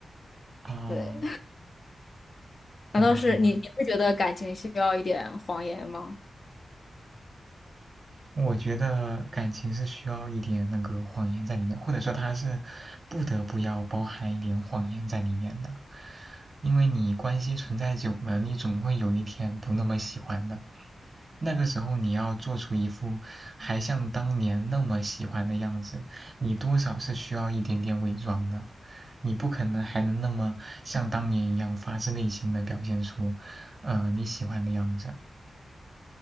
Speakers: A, on the right; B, on the left.
A: 哦，
B: 对，<laughs>
A: 好吧，
B: 难道是你你会觉得感情需要一点谎言吗？
A: 好吧，我觉得感情是需要一点那个谎言在里面，或者说它是不得不要包含一点谎言在里面的，因为你关系存在久了，你总会有一天不那么喜欢的。那个时候你要做出一副还像当年那么喜欢的样子，你多少是需要一点点伪装的。你不可能还能那么像当年一样发自内心的表现出，呃，你喜欢的样子。